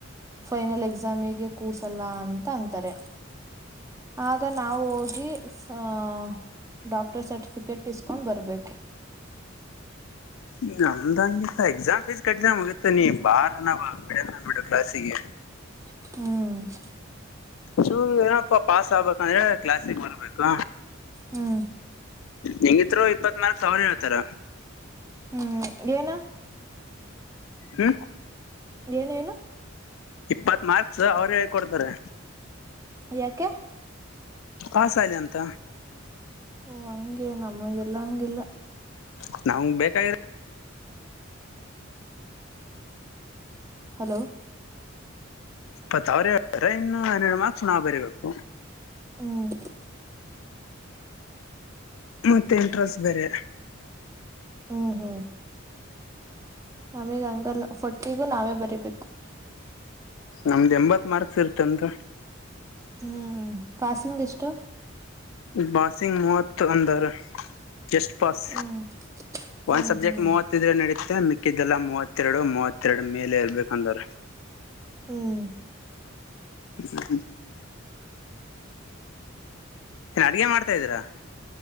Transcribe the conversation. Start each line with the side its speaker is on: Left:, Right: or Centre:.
Right: ಫೈನಲ್ ಎಕ್ಸಾಮಿಗೆ ಕೂರ್ಸಲ್ಲ ಅಂತ ಅಂತಾರೆ. ಆಗ ನಾವು ಹೋಗಿ ಫ ಡಾಕ್ಟರ್ ಸರ್ಟಿಫಿಕೇಟ್ ಇಸ್ಕೊಂಡ್ ಬರ್ಬೇಕು.
Left: ಈಗ ಅಂದಂಗಿತ ಎಕ್ಸಾಮ್ ಫೀಸ್ ಕಟ್ದ್ಯ ಮುಗೀತ್ ನೀ ಬಾರನ ಬಾ ಬಿಡನ್ ಬಿಡು ಕ್ಲಾಸಿಗಿ.
Right: ಹ್ಮ್
Left: ಚೂರ್ ಏನಪ್ಪಾ ಪಾಸ್ ಆಬೆಕಂದ್ರೆ ಕ್ಲಾಸಿಗ ಬರ್ಬೇಕು.
Right: ಹ್ಮ್
Left: ಹೆಂಗಿತ್ರು ಇಪ್ಪತ್ನಾಕ್ ಸಾವ್ರ ಹೇಳ್ತಾರ.
Right: ಹ್ಮ್ ಏನ.
Left: ಹ್ಮ
Right: ಏನೇನು.
Left: ಇಪ್ಪತ್ ಮಾರ್ಕ್ಸ್ ಅವ್ರೆ ಕೊಡ್ತರೆ.
Right: ಯಾಕೆ.
Left: ಪಾಸಾಲಂತ.
Right: ಓ ಹಂಗೆ ನಮಗೆಲ್ಲಾ ಹಂಗಿಲ್ಲ.
Left: <unintelligible> ಬೇಕಾಗಿ
Right: ಹಲೋ
Left: ಇಪ್ಪತ್ ಅವ್ರೆ ಹೇಳ್ತರ್ ಇನ್ನು ಹನ್ನೆರಡ ಮಾರ್ಕ್ಸ್ ನಾವ ಬರೀಬೇಕು.
Right: ಹ್ಮ್.
Left: ಮತ್ತೆ ಇಂಟರ್ನಲ್ಸ್ ಬೇರೆ.
Right: ಹ್ಮ್ ಹ್ಮ್ ನಮಿಗ್ ಹಂಗಲ್ಲ ಫಟ್ಟಿಗೂ ನಾವೇ ಬರಿಬೇಕು.
Left: ನಮ್ದ್ ಎಂಬತ್ ಮಾರ್ಕ್ಸ್ ಇರುತ್ತಂತೆ.
Right: ಹ್ಮ್ ಪಾಸಿಂಗ್ ಎಷ್ಟು.
Left: ಪಾಸಿಂಗ್ ಮೂವತ್ತು ಅಂದರ ಜಸ್ಟ್ ಪಸ್
Right: ಹ್ಮ್ ಹ್ಮ್
Left: ಒನ್ ಸಬ್ಜೆಕ್ಟ್
Right: ಹ್ಮ್
Left: ಮೂವತ್ತು. ಹತ್ತಿದ್ರೆ ನಡೀತ್ತೆ ಮಿಕ್ಕಿದ್ದಲ್ಲಾ ಮೂವತ್ತೆರಡು ಮೂವತ್ತೆರಡು ಮೇಲೆ ಇರ್ಬೇಕಂದ್ರ.
Right: ಹ್ಮ್
Left: ಹ್ಮ್ ಅಡುಗೆ ಮಾಡ್ತಾಯಿದೀರಾ.